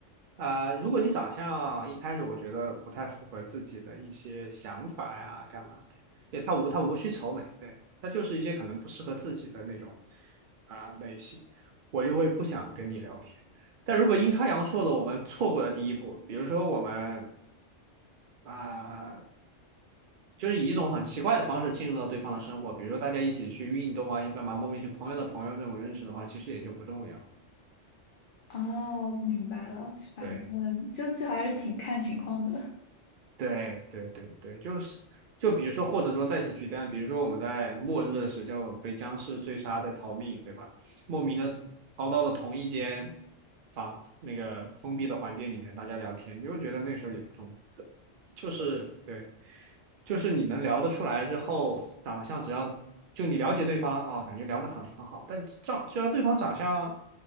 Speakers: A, on the right; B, on the left.
A: 啊、如果你长相一开始我觉得不太符合自己的一些想法呀，干嘛的，对，他无他无需愁眉，对，他就是一些可能不适合自己的那种啊、类型，我就会不想跟你聊天。但如果阴差阳错的我们错过了第一步，比如说我们啊、就是以一种很奇怪的方式进入到对方的生活，比如说大家一起去运动啊，干嘛，莫名其妙朋友的朋友这种认识的话，其实也就不重要，
B: 哦，我明白了，反正就就还是挺看情况的
A: 对。对对对对，就是就比如说，或者说再去举单，比如说我们在末日的时候被僵尸追杀在逃命，对吧？莫名的逃到了同一间房那个封闭的环境里面，大家聊天，你会觉得那时候也不重要，就是对，就是你能聊得出来之后，长相只要就你了解对方啊，感觉聊得很很好，但长只要对方长相